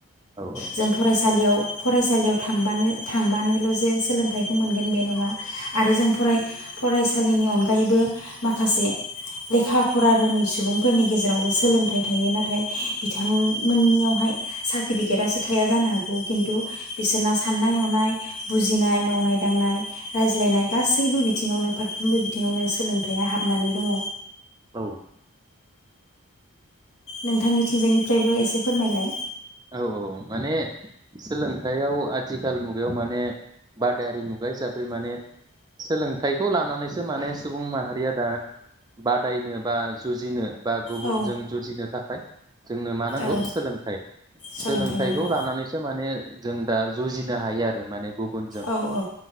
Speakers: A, on the right; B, on the left.
A: औ
B: जों फरायसालियाव फरायसालियाव थांबानो था थांबानोल' जे सोलोंथाइखौ मोनगोन बे नङा आरो जों फराय- फरायसालिनि अनगायैबो माखासे लेखा फरा रोङै सुबुंफोरनि गेजेरावबो सोलोंथाइ थायो नाथाय बिथांमोननियावहाय सार्टिफिकेटसो थाया जानो हागौ खिन्थु बिसोरना साननाय हनाय बुजिनाय मावनाय दांनाय रायज्लायनाय गासैबो बिथिङावनो फारफ्रोमबो बिथिङावनो सोलोंथाइया हाबनानै दङ।
A: औ।
B: नोंथांनिथिंजायनिफ्रायबो एसे फोरमायलाय?
A: औ औ माने सोलोंथाइयाव आथिखाल मुगायाव माने बादायारि मुगा हिसाबै माने सोलोंथाइखौ लानानैसो माने सुबुं माहारिया दा बादायनो बा जुजिनो बा गुबुनजों
B: औ
A: जुजिनो था खाय जोंनो मा नांगौ
B: औ
A: सोलोंथाइ।
B: सोलोंथाइ
A: सोलोंथाइखौ
B: नांगौ
A: लानानैसो माने जों दा जुजिनो हायो आरो माने गु बुनजों
B: औ औ